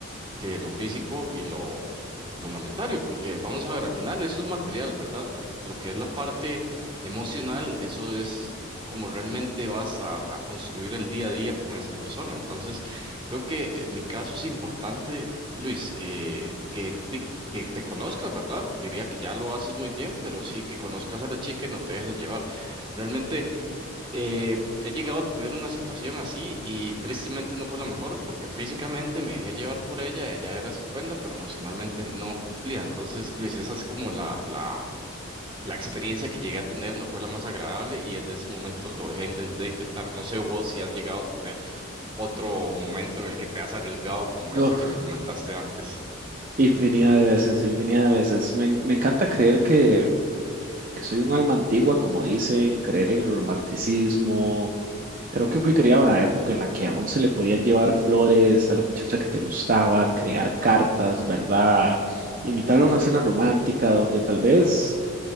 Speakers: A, on the right; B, on the right.
A: que lo físico y lo, lo monetario, porque vamos a ver, al final eso es material, ¿verdad? Pero lo que es la parte emocional, eso es como realmente vas a, a construir el día a día con esa persona. Entonces, creo que en mi caso es importante, Luis, que, que, di- que te conozcas, ¿verdad? Diría que ya lo haces muy bien, pero sí que conozcas a la chica y no te dejes llevar. Realmente... Eh, he llegado a tener una situación así y tristemente no fue la mejor porque físicamente me dejé llevar por ella, ella era estupenda, pero emocionalmente no cumplía. Entonces, Luis, esa es como la, la, la experiencia que llegué a tener, no fue la más agradable y desde ese momento lo dejé de, de intentar. No sé vos si has llegado a tener otro momento en el que te has arriesgado como
B: Uf,
A: esa que me comentaste antes.
B: infinidad de veces, infinidad de veces. Me, me encanta creer que que soy un alma antigua, como dicen, creer en el romanticismo. Creo que fui criado en una época en la que aún se le podían llevar flores a la muchacha que te gustaba, crear cartas, ¿verdad? Invitarla a una cena romántica donde tal vez